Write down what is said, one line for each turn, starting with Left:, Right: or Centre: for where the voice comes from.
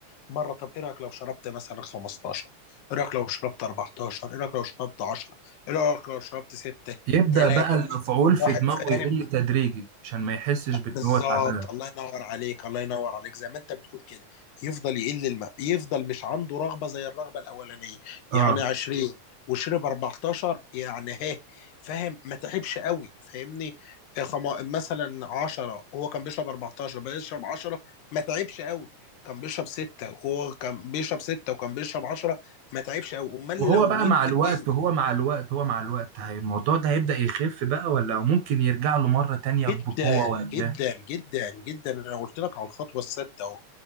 Left: مره طب ايه رايك لو شربت مثلا 15 ايه رايك لو شربت 14 ايه رايك لو شربت 10 ايه رايك لو شربت 6
Right: يبدأ
Left: 3
Right: بقى المفعول
Left: 2
Right: في
Left: 1
Right: دماغه
Left: فاهم
Right: يقل تدريجي عشان ما يحسش بان
Left: بالظبط
Right: هو تعبان
Left: الله ينور عليك الله ينور عليك زي ما انت بتقول كده يفضل يقل الماء يفضل مش عنده رغبة زي الرغبة الأولانية
Right: اه
Left: يعني 20 وشرب 14 يعني ها فاهم ما تعبش قوي فاهمني آه، خما- مثلا 10 وهو كان بيشرب 14 بقى يشرب 10 ما تعبش قوي كان بيشرب 6 وهو كان بيشرب 6 وكان بيشرب 10 ما تعبش قوي امال
Right: وهو
Left: لو
Right: بقى
Left: انت
Right: مع الوقت
Left: إيه
Right: وهو مع الوقت هو مع الوقت هي الموضوع ده هيبدأ يخف بقى ولا ممكن يرجع له مرة تانية بقوة
Left: جدا
Right: ولا
Left: جدا
Right: إيه؟
Left: جدا جدا انا قلت لك على الخطوه السادسه اهو